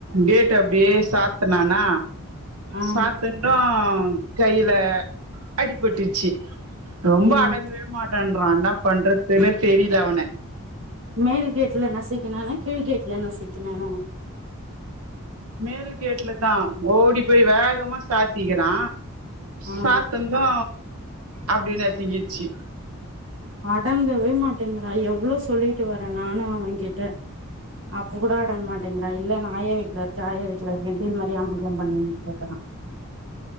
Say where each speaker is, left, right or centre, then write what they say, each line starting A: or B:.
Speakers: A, on the right (about 80°); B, on the right (about 60°).
A: கேட்ட அப்டே சாத்தனானா
B: ஆ
A: சாத்தன்து கைல அடிபட்டுர்ச்சு ரொம்ப
B: ம்
A: அடங்கவே மாட்டன்றா என்னா பண்றதுன்னே தெரில அவன
B: மேல் கேட்ல நசிக்கினானா கீழ்கேட்ல நசிக்கினானா
A: மேல கேட்ல தா ஓடி போய் வேகமா சாத்திக்கிறா
B: ஆ
A: சாத்த ன்தோ அப்டே நசிங்கிச்சு
B: அடங்கவே மாட்டிங்கிறா எவ்ளோ சொல்லிட்டு வர நானு அவகிட்ட அப்ப கூட அடங்க மாட்டேங்கிறா இல்ல நா ஆயா வீட்ல இருக்க ஆயா வீட்ல இருக்கன்ட்டு இது மாரி அமக்களோ பண்ணிட்டுக்கறா